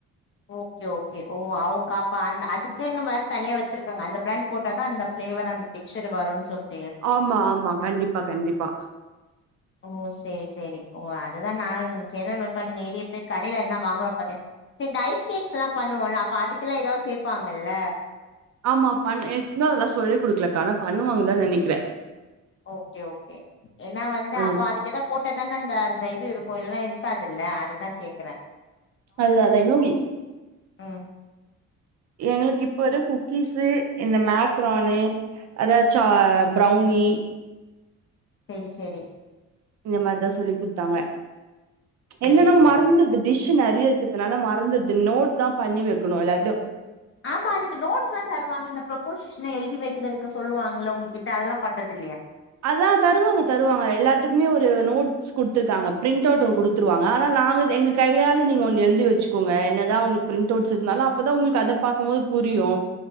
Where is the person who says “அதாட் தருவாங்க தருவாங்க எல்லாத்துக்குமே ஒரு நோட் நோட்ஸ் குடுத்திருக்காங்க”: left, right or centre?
Right